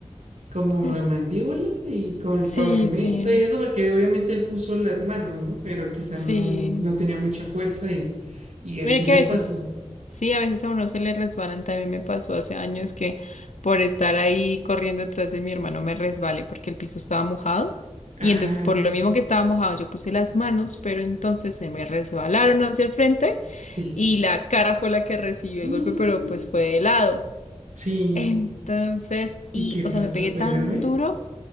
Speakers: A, on the right; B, on the left.
A: como
B: Mm,
A: la mandíbula y con el
B: Sí,
A: pavimento
B: sí,
A: y eso, porque obviamente él puso las manos, ¿no? Pero quizá
B: sí.
A: no, no tenía mucha fuerza y, y así
B: Mira que
A: le
B: a veces,
A: pasó.
B: sí, a veces a uno se le resbalan. También me pasó hace años que por estar ahí corriendo detrás de mi hermano me resbalé porque el piso estaba mojado.
A: Ah,
B: Y entonces por lo mismo que estaba mojado yo puse las manos, pero entonces se me resbalaron hacia el frente
A: sí.
B: y la cara fue la que recibió el
A: Mm,
B: golpe, pero pues fue de lado.
A: sí.
B: Entonces, y,
A: ¿Y qué
B: o
A: pasó?
B: sea, me pegué
A: ¿Fue
B: tan
A: grave?
B: duro.